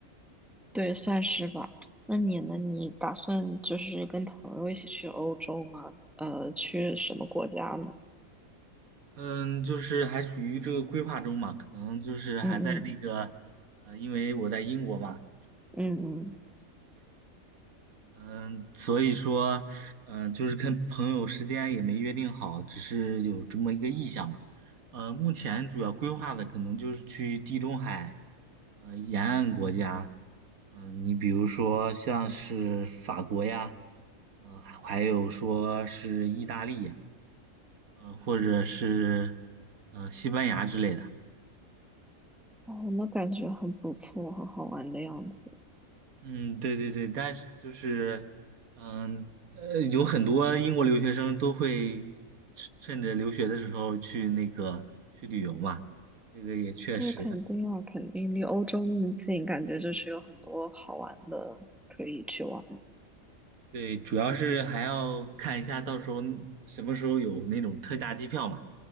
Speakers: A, in the centre; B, on the right (about 90°).
A: 对，算是吧。那你呢？你打算就是跟朋友一起去欧洲吗？呃，去什么国家呢？
B: 嗯，就是还处于这个规划中嘛，可能就是还在那个，
A: 嗯嗯
B: 呃，因为我在英国嘛，
A: 嗯嗯，
B: 嗯，所以说，嗯，就是跟朋友时间也没约定好，只是有这么一个意向嘛。呃，目前主要规划的可能就是去地中海，呃，沿岸国家，嗯，你比如说像是法国呀，嗯，还还有说是意大利。嗯、或者是嗯、呃西班牙之类的。
A: 哦，那感觉很不错，很好玩的样子。
B: 嗯，对对对，但是就是嗯呃，有很多英国留学生都会趁趁着留学的时候去那个去旅游嘛，这个也确实。
A: 对，肯定啊，肯定离欧洲那么近，感觉就是有很多好玩的可以去玩。
B: 对，主要是还要看一下到时候什么时候有那种特价机票嘛，